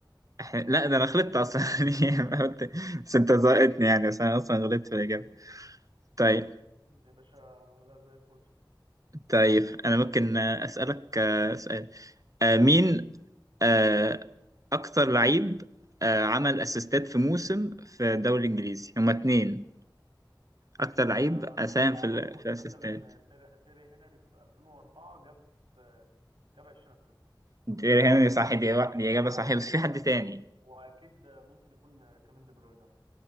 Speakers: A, on the right; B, on the right.
A: إحنا- لا ده انا غلطت اصلا <laughs> يعني أنا قلت- بس انت زقتني يعني بس انا اصلا غلطت في الاجابه طيب
B: يا باشا لا زي الفل
A: طيب انا ممكن آه، اسالك آه، سؤال آه، مين آه، أكتر لعيب آه، عمل أسيستات في موسم في الدوري الإنجليزي هما اتنين أكتر
B: آه،
A: لعيب
B: انا
A: ساهم
B: اللي
A: في
B: اعرفه
A: ال- في
B: ان
A: الأسيستات
B: مثلا تير- تيري هنري في 2004 جاب جاب 20 اسيست
A: دي هنري صح دي دي إجابة
B: واكيد
A: صحيحة بس في حد
B: واكيد
A: تاني
B: واكيد ممكن يكون كيفن دي بروين مثلا